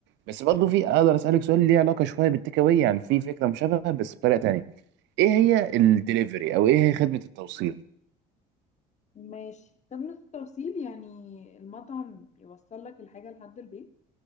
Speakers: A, on the right; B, on the left.
A: بس برضه في اقدر اسالك سؤال ليه علاقه شويه بالتيك اواي يعني في فكره مشابهه بس بطريقه تانيه ايه هي الدليفري او ايه هي خدمه التوصيل
B: ماشي خدمة التوصيل يعني المطعم يوصل لك الحاجة لحد البيت